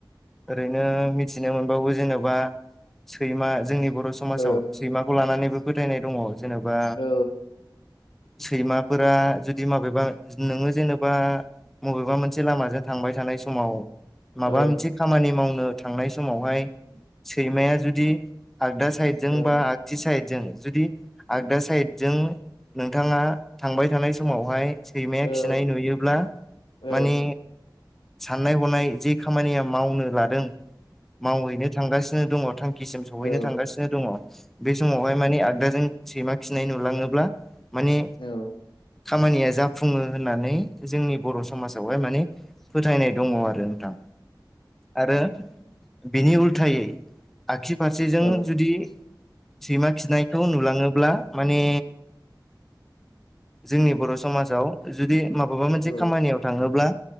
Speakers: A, in the centre; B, on the left.
A: ओरैनो मिथिनो मोनबावो जेन'बा सैमा जोंनि बर' समाजाव
B: औ
A: सैमाखौ लानानैबो फोथायनाय दङ जेनेबा
B: औ
A: सैमाफोरा जुदि माबेबा नोङो जेनेबा मबेबा मोनसे लामाजों थांबाय थानाय समाव माबा
B: औ
A: मोनसे खामानि मावनो थांनाय समावहाय सैमाया जुदि आगदा साइदजों
B: औ
A: बा आगथि साइदजों जुदि आगदा साइडजों नोंथाङा थांबाय थानाय समावहाय सैमाया
B: औ
A: खिनाय नुयोब्ला
B: औ
A: माने साननाय हनाय जे खामानिया मावनो लादों। मावहैनो थांगासिनो दङ थांखि सिम सहैनो
B: औ
A: थांगासिनो दङ बे समावहाय मानिे आगदाजों सैमा खिनाय नुलाङोब्ला माने
B: औ
A: खामानिया जाफुङो होननानै जोंनि बर' समाजावहाय माने फोथायनाय दङ आरो नोंथां आरो बिनि उल्थायै आगसि फारसेजों
B: औ
A: जुदि सैमा खिनायखौ नुलाङोब्ला माने जोंनि बर' समाजाव जुदि माबाबा मोनसे
B: औ
A: खामानियाव थाङोब्ला